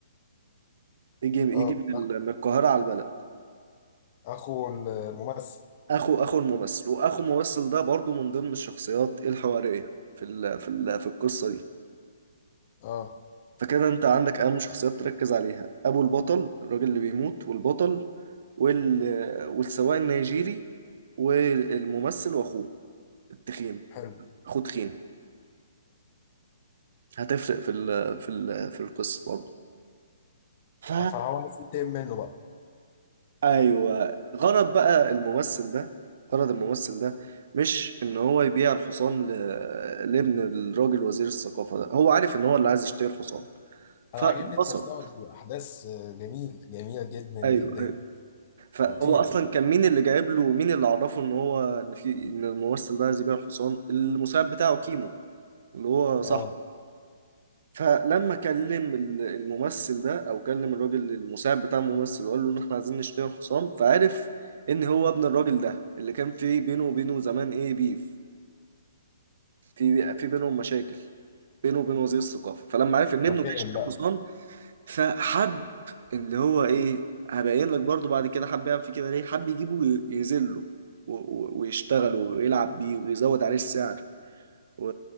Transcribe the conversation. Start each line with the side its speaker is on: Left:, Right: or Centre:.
Right: يجي يجي
Left: اه
Right: من ال-
Left: أخ-
Right: من القاهرة على البلد
Left: أخو الممثل
Right: اخو اخو الممثل واخو الممثل ده برضو من ضمن الشخصيات الحوارية في ال في ال في القصة دي
Left: اه
Right: فكده انت عندك اهم شخصيات تركز عليها ابو البطل الراجل اللي بيموت والبطل وال... والسواق النيجيري والممثل واخوه التخين
Left: حلو
Right: اخوه تخين هتفرق في ال... في ال... في القصه برضه ف
Left: فهو عايز ينتقم منه بقى
Right: ايوه غرض بقى الممثل ده غرض الممثل ده مش ان هو يبيع الحصان ل... لابن الراجل وزير الثقافه ده هو عارف ان هو اللي عايز يشتري الحصان فاتبسط
Left: أنا عاجبني التصاعد الأحداث آه، جميل جميل جدا جدا
Right: ايوه ايوه فهو
Left: خطير
Right: اصلا كان مين اللي جايب له مين اللي عرفه ان هو ان في ان الممثل ده عايز يبيع الحصان المساعد بتاعه كيمو اللي هو
Left: اه
Right: صح فلما كلم ال- الممثل ده او كلم الراجل المساعد بتاع الممثل وقال له ان احنا عايزين نشتري الحصان فعرف ان هو ابن الراجل ده اللي كان في بينه وبينه زمان ايه بيف في في بينهم مشاكل بينه وبين وزير الثقافه فلما عرف ان
Left: ففهم
Right: ابنه جاي يشتري
Left: بقى
Right: حصان فحب اللي هو ايه هبين لك برضو بعد كده حب يعمل فيه كده ليه حب يجيبه وي- يذله و- و- ويشتغله ويلعب بيه ويزود عليه السعر و...